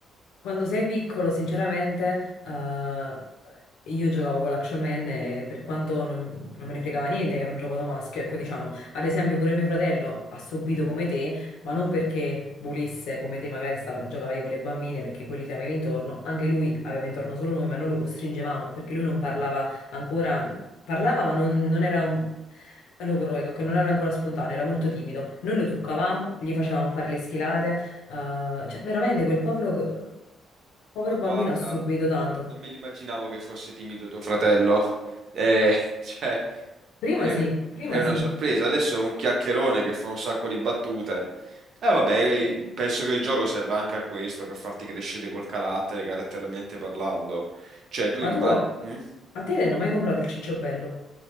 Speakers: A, on the left; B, on the right.
A: Quando sei piccolo, sinceramente, eh, io giocavo con l'Action Man e per quanto non, non me ne fregava niente che era un gioco da maschio, ecco, diciamo, ad esempio pure mio fratello ha subito come te, ma non perché volesse, come te magari stava- giocavi con le bambine, perché quelli ti avevi intorno, anche lui aveva intorno solo noi, ma noi lo costringevamo, perché lui non parlava ancora, parlava ma non, non era un... logorroico, che non era ancora spontaneo, era molto timido. Noi lo truccavamo, gli facevamo fare le sfilate, eh, cioè, veramente quel povero, povero
B: Ma guarda,
A: bambino ha subito tanto.
B: non, me- non me l'immaginavo che fosse timido tuo fratello. Eh, <laughs> cioè...
A: Prima
B: È,
A: sì, prima
B: è una
A: sì,
B: sorpresa. Adesso è un chiacchierone che fa un sacco di battute. E vabbè,
A: sì.
B: penso che il gioco serva anche a questo, per farti crescere col carattere, caratterialmente parlando. Cioè, tu
A: Ma
B: immagini...
A: tu, a te ti hanno mai comprato il cicciobello?